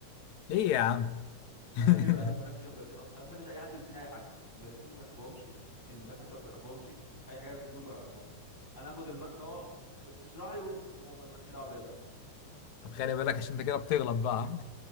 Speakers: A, on the left; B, in the centre.
A: ليه يا عم
B: ان
A: <laughs>
B: انا كده انا ما بحبش المدرسين اصلا انا ما بحبش اي حد بيديني اي حاجة المدرسين ما بحبهمش الدكاترة ما بحبهمش اي حاجة دول ما بحبهمش انا اخد المادة اه بس اشرح لي وانت وما لكش دعوة بيها بقى
A: طب خلي بالك عشان انت كده بتغلط بقى